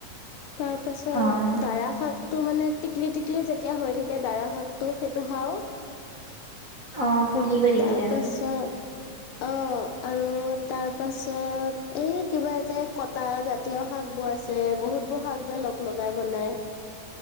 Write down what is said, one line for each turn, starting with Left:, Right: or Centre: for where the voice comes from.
Left: তাৰপাছত
Right: অ',
Left: দাৰা শাক টো মানে টিকলি টিকলি যেতিয়া হৈ থাকে দাৰা শাকটো সেইটো খাওঁ।
Right: অ' পুলি হৈ থাকিলে
Left: তাৰ পাছত
Right: আৰু।
Left: অ', আৰু তাৰপাছত এই কিবা যে কটা জাতীয় শাকবোৰ আছে বহুতবোৰ শাক যে লগাই বনাই।